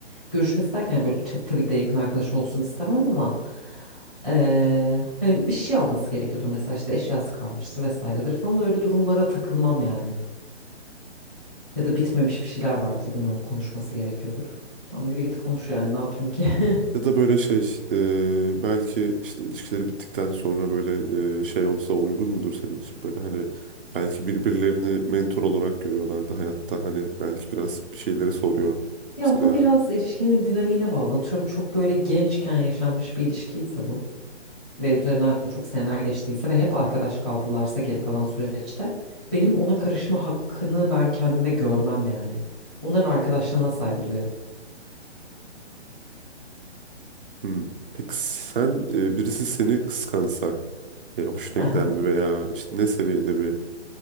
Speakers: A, in the centre; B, on the right.
A: görüşmesi derken böyle tab- tabii ki de yakın arkadaş olsun istemem ama ee, hani bir şey alması gerekiyordur mesela işte eşyası kalmıştır vesairedir falan öyle durumlara takılmam yani. Ya da bitmemiş bir şeyler vardır bilmiyorum konuşması gerekiyordur. Tamam yürü git konuş yani ne yapayım ki? <laughs>
B: Ya da böyle şey e, belki işte ilişkileri bittikten sonra böyle e, şey olsa uygun mudur senin için? Böyle hani belki birbirlerini mentor olarak görüyorlardı hayatta. Hani belki biraz bir şeyleri soruyor.
A: Ya
B: Mesela
A: bu biraz ilişkinin dinamiğine bağlı. Atıyorum çok böyle gençken yaşanmış bir ilişkiyse bu. ve üzerinden çok seneler geçtiyse ve hep arkadaş kaldılarsa geri kalan süreçte benim ona karışma hakkını ben kendimde görmem yani. Onların arkadaşlığına saygı duyarım.
B: hmm, peki sen e, birisi seni kıskansa e, hoşuna
A: Hı hı.
B: gider mi veya işte ne seviyede bir